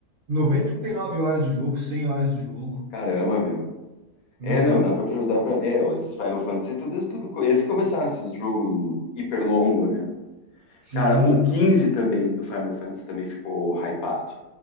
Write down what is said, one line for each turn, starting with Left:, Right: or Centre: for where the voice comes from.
Right: 99 horas de jogo, 100 horas de jogo.
Left: Caramba, meu.
Right: Uhum.
Left: É, não, dá pra ajudar pra. É, esses Final Fantasy, tudo, tudo. co- Eles começaram esses jogos hiper longo, né?
Right: Sim,
Left: Cara, o 15 também do Final Fantasy também ficou hypado.